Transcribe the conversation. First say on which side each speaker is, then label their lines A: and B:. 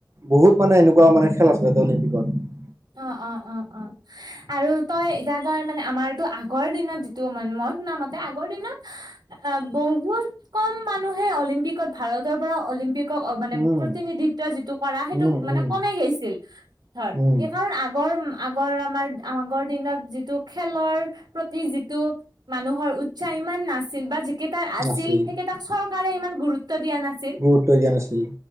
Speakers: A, on the right; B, on the right.
A: বহুত মানে এনেকুৱা মানে খেল আছিলে ত' অলিম্পিকত।
B: অ' অ' অ' অ'। আৰু তই এতিয়া তই মানে আমাৰতো আগৰ দিনত যিটো মানে মই শুনামতে আগৰ দিনত অ' বহুত কম মানুহে অলিম্পিকত ভাৰতৰ পৰা অলিম্পিক মানে
A: উম
B: প্ৰতিনিধিত্ব যিটো কৰা সেইটো
A: উম
B: মানে
A: উম
B: কমেই গৈছিল ধৰ
A: উম
B: এই আগৰ আগৰ আমাৰ আগৰ দিনত যিটো খেলৰ প্ৰতি যিটো মানুহৰ উৎসাহ ইমান নাছিল বা যিকেইটাৰ আছিল
A: নাছিল
B: সেইকেইটাক চৰকাৰে ইমান গুৰুত্ব দিয়া নাছিল।
A: গুৰুত্ব দিয়া নাছিল।